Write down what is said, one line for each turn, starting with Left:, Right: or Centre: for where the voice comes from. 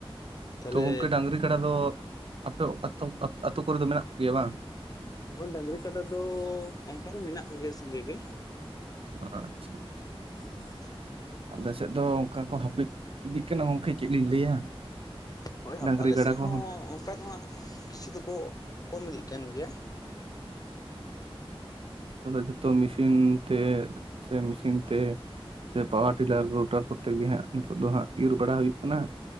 Left: ᱛᱟᱦᱞᱮ
Right: ᱛᱚ ᱜᱚᱝᱠᱮ ᱰᱟᱝᱨᱤ ᱠᱟᱰᱟ ᱫᱚ ᱟᱯᱮ ᱟᱛᱳ ᱟᱛᱳ ᱠᱚᱨᱮ ᱫᱚ ᱢᱮᱱᱟᱜ ᱠᱚᱜᱮᱭᱟ ᱵᱟᱝ
Left: ᱚᱝᱠᱟᱱ ᱰᱟᱝᱨᱤ ᱠᱟᱰᱟ ᱫᱚ ᱚᱝᱠᱟ ᱫᱚ ᱢᱮᱱᱟᱜ ᱠᱚᱜᱮᱭᱟ ᱥᱟᱸᱜᱮ ᱜᱮ
Right: ᱟᱪᱪᱷᱟ ᱟᱪᱪᱷᱟ
Left: ᱦᱩᱸ
Right: ᱟᱞᱮ ᱥᱮᱫ ᱫᱚ ᱚᱱᱠᱟ ᱠᱚ ᱦᱟᱹᱯᱤᱫ ᱤᱫᱤᱜ ᱠᱟᱱᱟ ᱜᱚᱢᱠᱮ ᱪᱮᱫ ᱞᱤᱧ ᱞᱟᱹᱭᱟ
Left: ᱦᱳᱭ ᱦᱳᱭ
Right: ᱰᱟᱝᱨᱤ
Left: ᱟᱞᱮ
Right: ᱠᱟᱰᱟ
Left: ᱥᱮᱫ
Right: ᱠᱚᱦᱚᱸ
Left: ᱦᱚᱸ ᱚᱱᱠᱟ ᱫᱚ ᱦᱟᱸᱜ ᱠᱤᱪᱷᱩ ᱫᱚ ᱠᱚ ᱠᱚᱢ ᱤᱫᱤᱜ ᱠᱟᱱ ᱜᱮᱭᱟ
Right: ᱡᱚᱛᱚ ᱢᱮᱥᱤᱱ ᱛᱮ ᱥᱮ ᱢᱮᱥᱤᱱ ᱛᱮ ᱥᱮ ᱯᱟᱣᱟᱨ ᱴᱤᱞᱟᱨ ᱨᱳᱴᱟᱨ ᱠᱚᱛᱮ ᱜᱮ ᱦᱟᱸᱜ ᱱᱤᱛᱚᱜ ᱫᱚ ᱦᱟᱸᱜ ᱤᱨ ᱵᱟᱲᱟ ᱦᱩᱭᱩᱜ ᱠᱟᱱᱟ